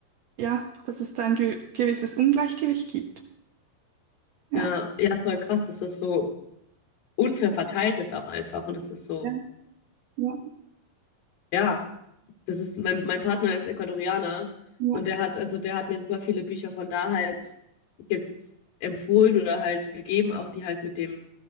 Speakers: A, on the right (about 80°); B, on the left (about 80°).
A: ja, dass es da ein ge gewisses Ungleichgewicht gibt. Ja,
B: ja, ja voll krass, dass das so unfair verteilt ist auch einfach. Und das ist so,
A: ja, ja,
B: ja, das ist, mein, mein Partner ist Ecuadorianer
A: ja.
B: und der hat, also der hat mir super viele Bücher von da halt jetzt empfohlen oder halt gegeben, auch die halt mit dem,